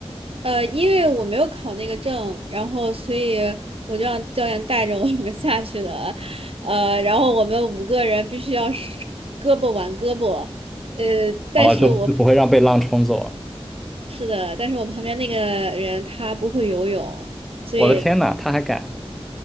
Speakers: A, on the right; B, in the centre.
A: 呃，因为我没有考那个证，然后所以我就让教练带着我们 <laughs> 下去的，呃，然后我们五个人必须要是胳膊挽胳膊，呃，但是我旁
B: 哦，就不会让被浪冲走啊。
A: 是的，但是我旁边那个人他不会游泳，所以
B: 我的天呐，他还敢！